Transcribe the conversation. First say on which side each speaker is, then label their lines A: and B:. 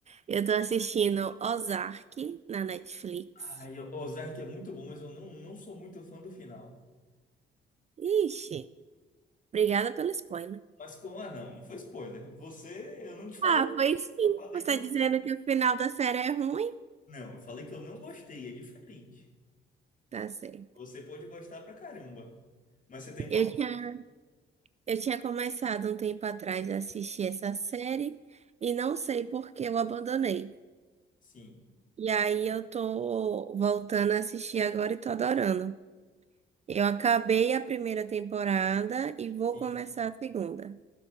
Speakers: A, on the right; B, on the left.
A: Eu tô assistindo Ozark na Netflix.
B: Ah, e Ozark é muito bom, mas eu não, não sou muito fã do final.
A: Ixi, obrigada pelo spoiler.
B: Mas como, ah, não, não foi spoiler. Você, eu não te falei,
A: Ah, foi sim.
B: eu falei
A: Você
B: que
A: tá
B: eu
A: dizendo
B: não.
A: que o final da série é ruim?
B: Não, eu falei que eu não gostei, é diferente.
A: Tá certo.
B: Você pode gostar pra caramba. Mas você tem qual.
A: Eu tinha, eu tinha começado um tempo atrás a assistir essa série e não sei por que eu abandonei.
B: Sim,
A: E aí eu tô voltando a assistir agora e tô adorando. Eu acabei a primeira temporada e vou
B: sim.
A: começar a segunda.